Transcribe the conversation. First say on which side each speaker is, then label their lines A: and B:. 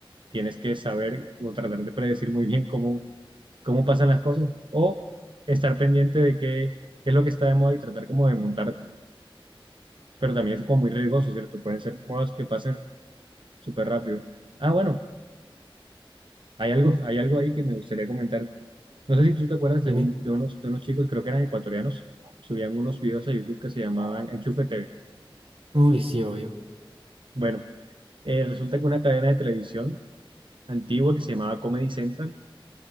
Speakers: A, on the right; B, on the right.
A: tienes que saber o tratar de predecir muy bien cómo, cómo pasan las cosas o estar pendiente de qué, qué es lo que está de moda y tratar como de montarte. Pero también es como muy riesgoso, ¿cierto? Pueden ser modas que pasen súper rápido. Ah, bueno. Hay algo, hay algo ahí que me gustaría comentarte. No sé si tú te acuerdas de,
B: Dime.
A: un, de, unos, de unos chicos, creo que eran ecuatorianos, subían unos videos a YouTube que se llamaban Enchufe TV.
B: Uy, sí, obvio.
A: Bueno, eh, resulta que una cadena de televisión antigua que se llamaba Comedy Central,